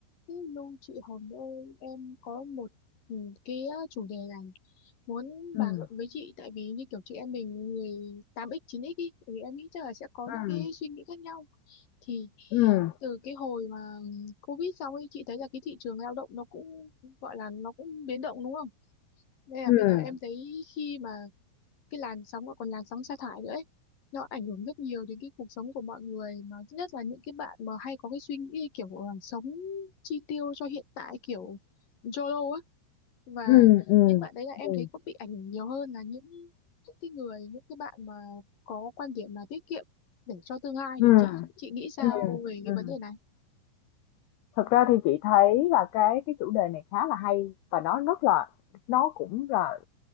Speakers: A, on the left (about 45°); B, on the left (about 85°).
A: Cái Lưu chị Hồng ơi em có một ừ, cái uh, chủ đề là muốn
B: Ừm,
A: bàn luận với chị tại vì như kiểu chị em mình người 8x 9x ý, thì em nghĩ chắc là sẽ có những
B: ừm,
A: cái suy nghĩ khác nhau thì
B: ừm,
A: từ cái hồi mà Covid xong ấy chị thấy là cái thị trường lao động nó cũng gọi là nó cũng biến động đúng không? Đây là
B: ừm,
A: bây giờ em thấy khi mà cái làn sóng và còn làn sóng sa thải nữa ấy. Nó ảnh hưởng rất nhiều đến cái cuộc sống của mọi người mà nhất là những cái bạn mà hay có cái suy nghĩ kiểu là sống chi tiêu cho hiện tại kiểu YOLO á và
B: ừm, ừm,
A: những bạn đấy là em
B: ừm,
A: thấy có bị ảnh hưởng nhiều hơn là những những cái người những cái bạn mà có quan điểm là tiết kiệm để cho tương lai
B: ừm,
A: thì chị chị nghĩ sao
B: ừm,
A: về cái
B: ừm.
A: vấn đề này?
B: Thật ra thì chị thấy là cái cái chủ đề này khá là hay và nó rất là nó cũng là